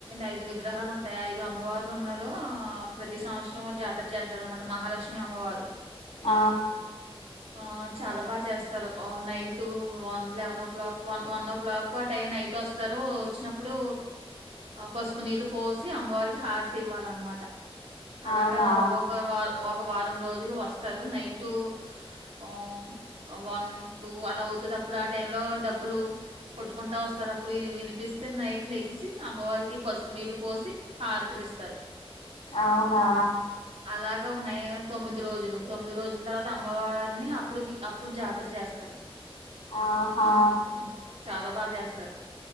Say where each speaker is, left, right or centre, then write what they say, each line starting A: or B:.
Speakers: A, on the right (about 80°); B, on the left (about 80°).
A: ఐదు విగ్రహాలు ఉంటాయి ఐదు అమ్మవారులు ఉన్నారు ఆ ప్రతి సంవత్సరం జాతర చేస్తారు అనమాట మహ లక్ష్మీ అమ్మవారు
B: ఆ
A: ఆ చాలా బాగా చేస్తారు night one eleven o'clock one o'clock ఆ టైం నైట్ ఇటోస్తారు వచ్చినప్పుడు ఆ పసుపు నీళ్ళు పోసి అమ్మవారికి హారతివ్వాలిన్నమాట అలాగా
B: అవునా
A: ఒక వారం ఒక వారం రోజు లు వస్తారు నైట్ ఆ వన్ టు అలా అవుతది అప్పుడు ఆ టైమ్ లో డ ప్పులు కొట్టుకుంటా వస్తారు అప్పుడు వినిపిస్తే నైట్ లెగిసి అమ్మవారికి పసు నీళ్లు పోసి హారతులి ఇస్తారు
B: అవునా
A: అలాగే ఒక నై తొమ్మిది రోజులు తొమ్మిది రోజుల తర్వాత అమ్మవారిని అప్పుడుకి అప్పుడు జాతర చేస్తారు
B: ఆహా
A: ఉమ్. చాలా బా చేస్తారు.